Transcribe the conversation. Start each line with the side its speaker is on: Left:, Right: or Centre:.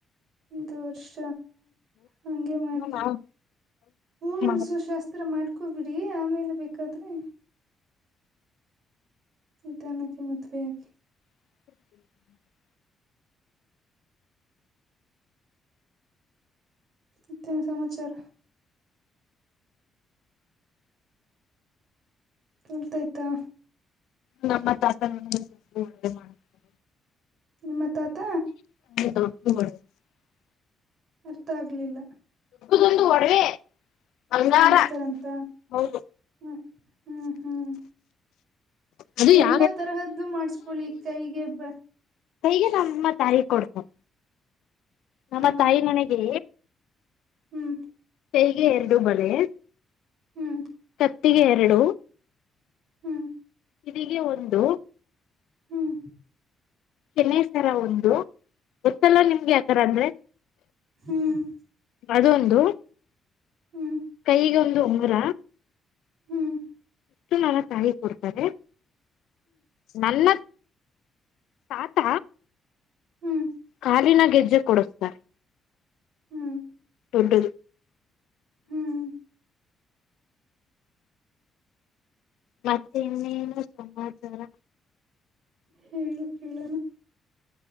Right: ದರ್ಷ ಹಗೆ ಮಾಡಿ
Left: ನಾವು
Right: ಹೂಮೆಣಸು
Left: ಮಾಡ
Right: ಶಾಸ್ತ್ರ ಮಾಡ್ ಕುೂಬಿಡಿ ಆಮೇಲೆ ಬೇಕಾದ್ರೆ ನಿ ತಾನಕ್ಕೆ ಮದುವೆಯಾಗಿ
Left: ಹ <unintelligible>
Right: ಮತ್ತೆ ಏನ್ ಸಮಾಚಾರ ಎಂತ ಆಯ್ತಾ
Left: ನಮ್ಮ ತಾತ ಒಳ್ಳ ಮಾಡತೇ
Right: ನಿಮ್ಮ ತಾತ
Left: ಹ
Right: ಅರ್ಥ ಆಗ್ಲಿಲ್ಲ
Left: ಗೊಂದು ಒಡವೆ ಬಂಗಾರ
Right: ಮಾಡಿಸತಾರಂತ
Left: ಹೌದು
Right: ಹ್ಮ ಹ್ಮ್ ಹ್ಮ್
Left: ಅದು
Right: ಎಲ್ಲಾ
Left: ಯ
Right: ತರಹದ್ದು ಮಾಡ್ಸ್ಕೊಳ್ಳಿ ಕೈಗೆ ಬ
Left: ಹೇಗೆ ನಮ್ಮಮ್ಮ ತಾರೀ ಕೊಡ್ತವೆ ನಮ್ಮ
Right: ಆ
Left: ತಾಯಿ ನನೆಗೆ
Right: ಹ್ಮ್
Left: ಹೇಗೆ ಎರಡು ಬಳೆ
Right: ಹ್ಮ್.
Left: ಹೊತ್ತಿಗೆ ಎರಡು.
Right: ಹ್ಮ್.
Left: ಇದಿಗೆ ಒಂದು.
Right: ಹ್ಮ್
Left: ಕ್ಯಾನ ಸರ ಒಂದು ಗೊತ್ತಲ್ಲ ನಿಮ್ಗೆ ಯತರ ಅಂದ್ರೆ.
Right: ಹ್ಮ್
Left: ಅದೊಂದು
Right: ಹ್ಮ್
Left: ಕೈಗೆ ಒಂದು ಉಂಗುರ.
Right: ಹ್ಮ್
Left: ಇಷ್ಟು ನನ್ನ ತಾಯಿ ಕೊಡ್ತಾರೆ ನನ್ನ. ತಾತ
Right: ಹ್ಮ್
Left: ಕಾಲಿನ ಗೆಜ್ಜೆ ಕೊಡಸ್ತಾರೆ.
Right: ಹ್ಮ್
Left: ತೊಟರು.
Right: ಹ್ಮ್
Left: ಮತ್ತೆ ಇನ್ನೇನು ಸಮಾಚಾರ.
Right: ಹೇಳು ಕೇಳಣ.